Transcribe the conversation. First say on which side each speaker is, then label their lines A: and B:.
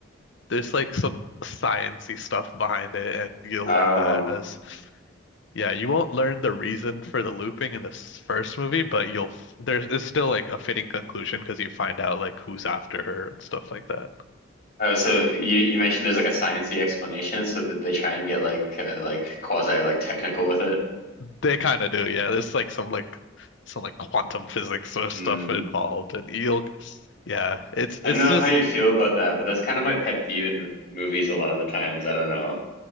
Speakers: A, on the left; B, on the left.
A: there's like some sciency stuff behind it, and you'll
B: oh,
A: learn that as Yeah, you won't learn the reason for the looping in this first movie, but you'll f- there's it's still like a fitting conclusion because you find out like who's after her and stuff like that.
B: oh, so you you mentioned there's like a sciencey explanation, so that they try and get like uh, like quasi like technical with it.
A: They kind of do, yeah. There's like some like some like quantum physics sort of
B: Mm.
A: stuff involved, and you'll yeah, it's
B: I
A: it's
B: don't know
A: just
B: how you feel about that, but that's kind of my pet peeve in movies a lot of the times. I don't know.